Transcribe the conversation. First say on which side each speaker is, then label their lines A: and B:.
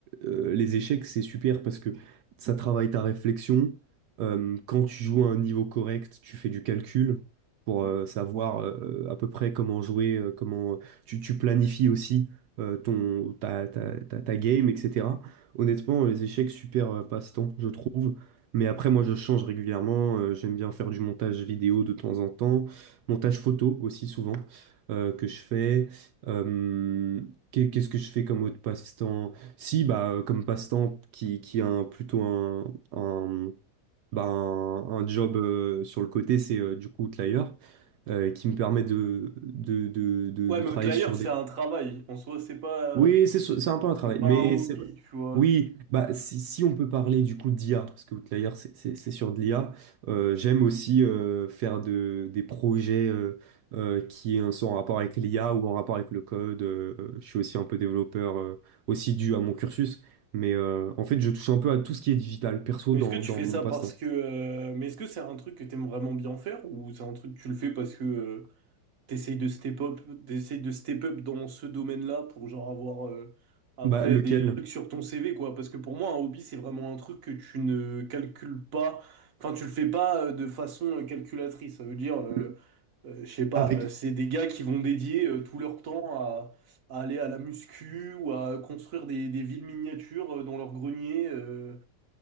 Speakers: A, on the right; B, on the right.
A: euh, les échecs, c'est super parce que ça travaille ta réflexion. Euh, quand tu joues à un niveau correct, tu fais du calcul pour euh, savoir euh, à peu près comment jouer, euh, comment... Tu, tu planifies aussi. euh, ton, ta, ta, ta, ta game, etc. Honnêtement, les échecs, super euh, passe-temps, je trouve. Mais après, moi, je change régulièrement. euh, j'aime bien faire du montage vidéo de temps en temps, montage photo aussi souvent euh, que je fais. Euh, qu'est- qu'est-ce que je fais comme autre passe-temps? Si, bah, euh, comme passe-temps qui, qui a un, plutôt un, un, bah, un, un job euh, sur le côté, c'est euh, du coup Outlier euh, qui me permet de, de, de, de,
B: Ouais,
A: de
B: mais
A: travailler
B: Outlier,
A: sur
B: c'est
A: des
B: un travail. En soi, c'est pas,
A: oui, c'est c'est un peu un travail,
B: c'est pas
A: mais
B: un hobby,
A: c'est vrai.
B: tu vois.
A: Oui, bah si, si on peut parler du coup d'IA, parce que Outlier c'est c'est- c'est sur de l'IA, euh, j'aime aussi euh, faire de, des projets euh, euh, qui euh, sont en rapport avec l'IA ou en rapport avec le code. euh, euh, je suis aussi un peu développeur, euh, aussi dû à mon cursus, mais euh, en fait je touche un peu à tout ce qui est digital, perso
B: Mais
A: dans,
B: est-ce que tu
A: dans
B: fais
A: mon
B: ça
A: passe-temps.
B: parce que... euh, mais est-ce que c'est un truc que t'aimes vraiment bien faire ou c'est un truc que tu le fais parce que euh, t'essayes de step up, t'essayes de step up dans ce domaine-là pour genre avoir euh, après
A: Bah lequel?
B: des trucs sur ton CV quoi? Parce que pour moi un hobby c'est vraiment un truc que tu ne calcules pas, enfin tu le fais pas euh, de façon euh, calculatrice. Ça veut dire, euh,
A: Le-
B: euh, je sais pas,
A: avec.
B: euh, c'est des gars qui vont dédier euh, tout leur temps à, à aller à la muscu ou à construire des, des villes miniatures euh, dans leur grenier euh,